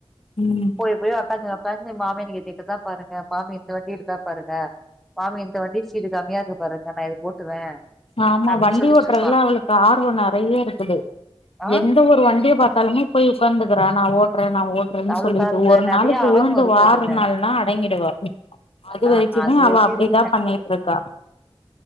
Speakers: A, on the left (about 75°); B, in the centre.
A: ம்
B: போய்யி போய்யி உக்காந்து உக்காந்து மாமே நீங்க கேட்டுத்தா பாருங்க மாமி இந்த வண்டி எடுத்தா பாருங்க மாமி இந்த வண்டி சீடு கம்மியா இருக்கு பாருங்க நா இது ஓட்டுவே
A: ஆமா
B: அப்டின்னு
A: வண்டி
B: சொல்லிட்டு
A: ஓட்டுறதுல
B: இருப்பா
A: அவளுக்கு ஆர்வோ நெறைய இருக்குது
B: ஆ
A: என் ந்த ஒரு வண்டிய பாத்தாலுமே போய் உக்காந்துகுறா நா ஓட் றே நா ஓடுறேன்னு
B: அவளுக்கு
A: சொல்லிட்டு
B: அதுல
A: ஒரு
B: நெறைய
A: நாளைக்கு
B: ஆர்வோ
A: உளுந்து
B: இருக்கு
A: வாருநாள்னா
B: அதுல
A: அடங்கிடுவா அது
B: ஆ
A: வரைக்குமே
B: அது
A: அவ அப்டிதா
B: தெரில
A: பண்ணிட்டிருக்கா